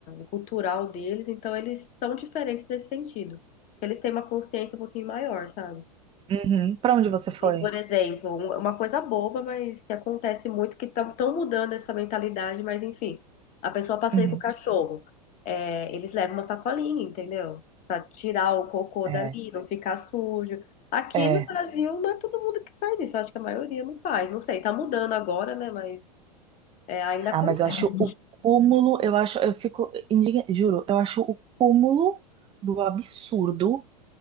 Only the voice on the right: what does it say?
Uhum. Para onde você foi?
Uhum.
É.
É.
Ah, mas eu acho o cúmulo, eu acho, eu fico indigna, juro, eu acho o cúmulo do absurdo